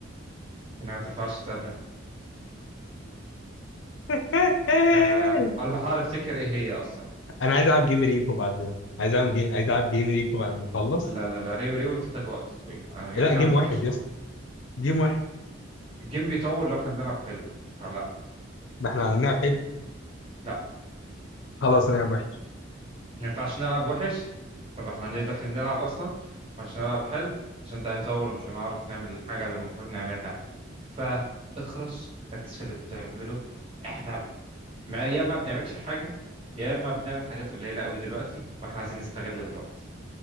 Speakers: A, on the right; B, on the left.
A: ما تنفعش تمام
B: <laughs>
A: أه أنا بحاول أفتكر إيه هي أصلا
B: انا عايز العب جيم ريبو بعد ده عايز العب جيم عايز العب جيم ريبو بعد ما اخلص
A: لا لا لا ريو ريو بتحتاج وقت طويل يعني غير
B: لا
A: كده
B: جيم
A: ما بتبقاش
B: واحد
A: فن
B: يا اسطى جيم واحد
A: الجيم بيطول لو إحنا بنلعب حلو فلا
B: ما احنا هنلعب حلو
A: لا
B: خلاص هنلعب وحش
A: ما ينفعش نلعب وحش طب احنا ليه داخلين نلعب اصلا عشان نلعب حلو عشان ده هيطور ومش هنعرف نعمل الحاجه اللي المفروض نعملها فاخرس ركز في اللي بتعمله احنا ما- يا ما بنعملش حاجه يا اما بنعمل حاجات قليله قوي دلوقتي واحنا عايزين نستغل الوقت